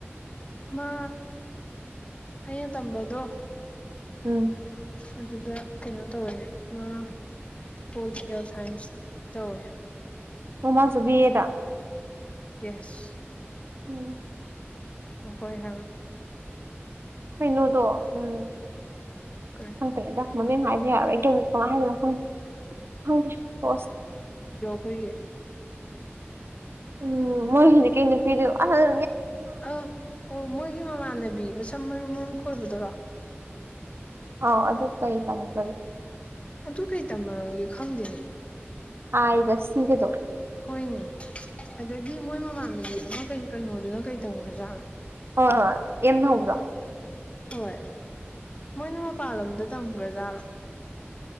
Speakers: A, on the left (about 25°); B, on the right (about 60°).
A: ꯃꯥ ꯑꯩꯅ ꯇꯝꯕꯗꯣ
B: ꯎꯝ
A: ꯑꯗꯨꯗ ꯀꯩꯅꯣ ꯇꯧꯋꯦ ꯃꯥ ꯄꯣꯂꯤꯇꯤꯀꯦꯜ ꯁꯥꯏꯟꯁ ꯇꯧꯋꯦ
B: ꯃꯃꯁꯨꯕꯤꯌꯦꯗ
A: ꯌꯦꯁ
B: ꯎꯝ
A: ꯑ ꯍꯣꯏ ꯍꯥꯏꯕ
B: ꯍꯩꯅꯣꯗꯣ ꯎꯝ
A: ꯀꯔꯤ
B: ꯐꯪꯇꯂꯦꯗ ꯃꯃꯤꯡ ꯍꯥꯏꯕ ꯌꯥꯔꯣꯏ ꯑꯩ ꯀ ꯀꯃꯥꯏꯅꯗꯅꯣꯪꯪꯗꯁ
A: ꯍꯣꯏꯒꯤ
B: ꯎꯝ ꯃꯣꯏꯒꯤꯗꯤ ꯀꯩꯅ ꯄꯤꯔꯤꯣ ꯑꯜ
A: ꯑ ꯑꯣ ꯃꯣꯏꯒꯤ ꯃꯃꯥꯟꯅꯕꯤ ꯃꯁꯝ ꯃꯔꯨ ꯃꯔꯨ ꯈꯣꯏꯕꯗꯔꯣ
B: ꯑꯥꯎ ꯑꯗꯨ ꯀꯩ ꯇꯃꯣ ꯆꯔꯤ
A: ꯇꯨ ꯀꯩ ꯇꯃ ꯈꯪꯗꯦꯅꯦ
B: ꯑꯒ ꯁꯤꯒꯗ
A: ꯍꯣꯏꯅꯦ ꯑꯗꯒꯤ ꯃꯣꯏ ꯃꯃꯥꯟꯗꯗꯤ ꯑꯃ ꯀꯩꯅꯣꯗꯨꯅ ꯀꯩ ꯇꯧꯣꯖꯥꯠꯅꯣ
B: ꯍ ꯍ ꯌꯦꯅꯗꯥꯥ
A: ꯍꯣꯏ ꯃꯣꯏꯅ ꯃꯄꯜ ꯂꯝꯣꯗ ꯇꯝꯒ꯭ꯔꯖꯥꯠꯔꯣ